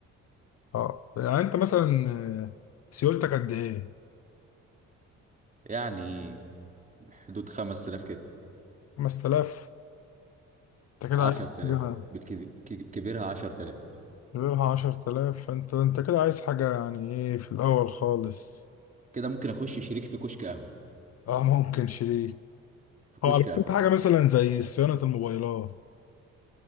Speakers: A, on the left; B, on the right.
A: اه يعني انت مثلا آه، سيولتك قد ايه
B: يعني حدود 5000 كده
A: 5000 انت كده
B: 10000
A: عايز حاجه
B: بالكبير كبيرها 10000
A: غيرها 10000 فانت انت كده عايز حاجه يعني ايه في الاول خالص
B: كده ممكن اخش شريك في كشك قهوه
A: اه ممكن شريك
B: في كشك
A: هو على فكرة
B: قهوه
A: حاجة مثلا زي صيانة الموبايلات